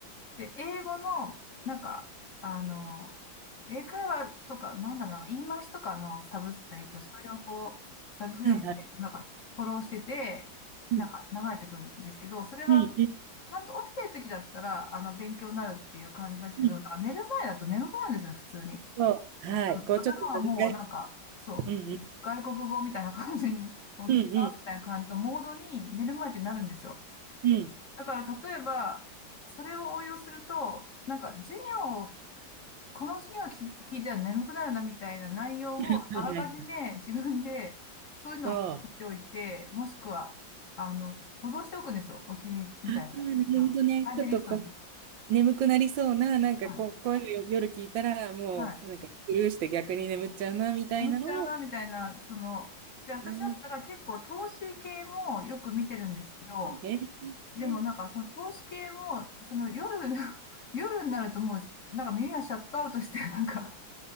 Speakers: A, on the left (about 55°); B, on the right (about 75°).
A: で、英語の、なんか、あの、英会話とか、なんだろうな、言い回しとかのサブス、えっと、それをこう、サブスなん
B: はいはい。
A: か、フォローしてて、
B: うん。
A: なんか、流れてくるんですけど、それは、
B: うんうんうんはいはいはいうんうんあはいはい
A: ちゃんと起きてる時だったら、
B: うんうん
A: あの、勉強になるっていう感じですけど、
B: うん
A: なんか寝る前だと眠くなるんですよ、普通に。
B: うんはい。
A: あの、
B: こうちょっとね
A: 頭はもう、なんか、そう、
B: うんうん。
A: 外国語みたいな感じに、もう聞き直すみたいな感じのモードに寝る前ってなるんですよ。
B: うんうん。うん。
A: だから例えば、それを応用すると、なんか授業を、この授業を聞いたら眠くなるなみたいな内容をあらかじめ自分でそういうのを含めておいて、
B: はいはい。そう。あ
A: もしくは、あの、保存しておくんですよ。お気に入りみたいな。
B: あ、なるほどね。
A: あ再生リストに。
B: ちょっとこう、眠くなりそうな、なんかこう、
A: はい。
B: こういうの夜聞いたら、もう、
A: はい。
B: なんかスルーして逆に眠っちゃうな、みたいなのを、
A: 眠っちゃうなみたいな、その、で、私だったら結構投資系もよく見てるんですけど、
B: なるほど。へえ。
A: でもなんかその投資系も、その夜、<laughs> 夜になるともう、なんか耳がシャットアウトして、なんか